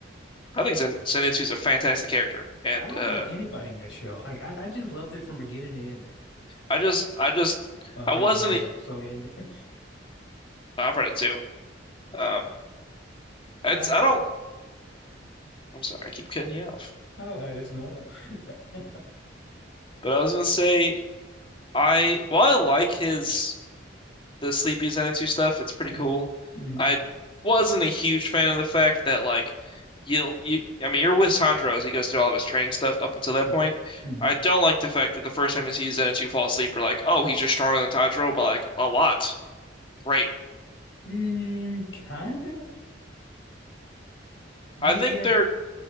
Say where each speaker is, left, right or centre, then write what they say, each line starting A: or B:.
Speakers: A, on the left (about 25°); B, on the left (about 75°).
A: I think Zen Zenitsu's a fantastic character, and
B: I don't
A: uh,
B: hate anybody in that show. Like I, I just loved it from beginning to end.
A: I just, I just,
B: Well, I
A: I
B: read
A: wasn't.
B: the manga,
A: e-
B: so end. <laughs>
A: I've read it too. Um, it's
B: I had
A: I don't. I'm sorry, I keep cutting you off.
B: oh, that's normal. <laughs>
A: But I was gonna say, I while I like his the Sleepy Zenitsu stuff, it's pretty
B: hmm
A: cool.
B: hmm
A: I wasn't a huge fan of the fact that like you'll you. I mean, you're with Sandro as he goes through all of his training stuff up until that
B: hmm
A: point.
B: hmm
A: I don't like the fact that the first time you see Zenitsu fall asleep, we're like, oh, he's just stronger than Tanjiro by like a lot. Great.
B: Mm, kinda. Yeah,
A: I think
B: yeah.
A: they're